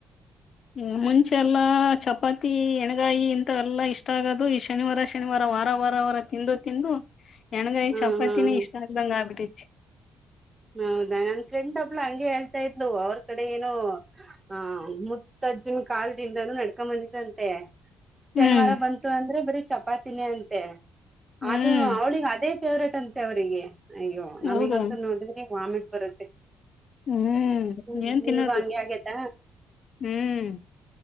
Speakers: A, on the left; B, on the right.
A: ಹ್ಮ ಮುಂಚೆ ಎಲ್ಲಾ ಚಪಾತಿ ಎಣಗಾಯಿ ಇಂತ ಎಲ್ಲಾ ಇಷ್ಟ ಆಗೋದು ಈ ಶನಿವಾರ ಶನಿವಾರ ವಾರ ವಾರ ವರ ತಿಂದು ತಿಂದು ಹೆಣಗೈ
B: ಹ್ಮ್
A: ಚಪಾತಿನೇ
B: ಹ್ಮ್
A: ಇಷ್ಟ ಆಗ್ದಂಗ ಆಗ್ಬಿಟ್ಟಿತಿ
B: ಹೌದಾ ನನ್ ಫ್ರೆಂಡ್ ಒಬ್ಳು ಹಂಗೆ ಹೇಳ್ತಾ ಇದ್ಲು ಅವ್ರ ಕಡೆ ಏನೋ ಆ ಮುತ್ ಅಜ್ಜನ್ ಕಾಲ್ದಿಂದಾನು ನಡ್ಕೊ ಬಂದಿದಂತೆ ಶನಿವಾರ
A: ಹ್ಮ್
B: ಬಂತು ಅಂದ್ರೆ ಬರೀ ಚಪಾತಿನೇ ಅಂತೆ
A: ಹ್ಮ್
B: ಅದು ಅವ್ಳಿಗೆ ಅದೇ ಫೇವ್ರೇಟ್ ಟಂತೆ ಅವರಿಗೆ ಅಯ್ಯೋ ನಮೀಗಂತೂ
A: ಹೌದು
B: ನೋಡಿದ್ರಿ ವಾಮಿಟ್ ಬರುತ್ತೆ
A: ಹ್ಮ್
B: ಹ್ಮ್
A: ಏನ್
B: ನಿಮ್ಗೂ
A: ತಿನ್ನೋದು
B: ಹಂಗೆ ಆಗೇತ
A: ಹ್ಮ್